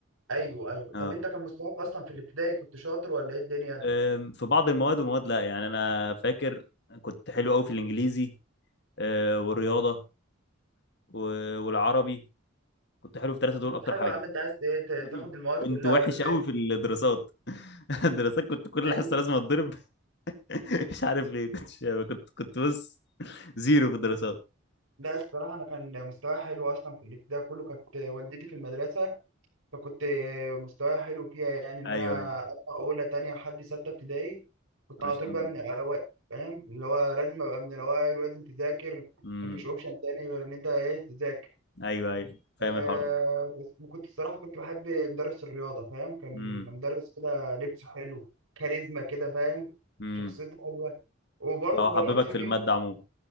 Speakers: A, on the right; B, on the left.
A: ايوه ايوه طب
B: اه
A: انت كان مستواك اصلا في الابتدائي كنت شاطر ولا ايه الدنيا؟
B: أم، في بعض المواد ومواد لا يعني انا فاكر كنت حلو قوي في الانجليزي أه، والرياضه و- والعربي كنت حلو في الثلاثه
A: طب
B: دول
A: ما انت
B: اكتر
A: حلو
B: حاجه
A: يا عم انت عايز ايه ت-
B: <laughs>
A: تاخد المواد
B: كنت
A: كلها
B: وحش
A: ولا
B: قوي
A: ايه؟
B: في الدراسات <laughs> الدراسات كنت
A: <laughs>
B: كل
A: ايوه
B: حصه لازم اتضرب <laughs> مش عارف ليه كنت كنت كنت بص زيرو في الدراسات
A: لا الصراحة أنا كان مستواي حلو أصلا في الابتدائي كله كانت والدتي في المدرسة فكنت مستواي حلو فيها يعني إن
B: ايوه
A: أنا
B: ايوه
A: أطلع أولى تانية لحد ستة ابتدائي كنت
B: ما
A: على
B: شاء
A: طول بقى
B: الله
A: من الأوائل فاهم اللي هو لازم أبقى من الأوائل ولازم تذاكر
B: امم
A: مفيش أوبشن تاني غير إن أنت إيه تذاكر
B: ايوه ايوه فاهم الحوار
A: آه،
B: ده
A: بس كنت الصراحة كنت بحب مدرس الرياضة فاهم كان
B: امم
A: مدرس كده لبسه حلو كاريزما كده فاهم
B: امم
A: شخصيته حلوة وبرضه
B: هو
A: بموت
B: حببك
A: في
B: في
A: مين
B: الماده عموما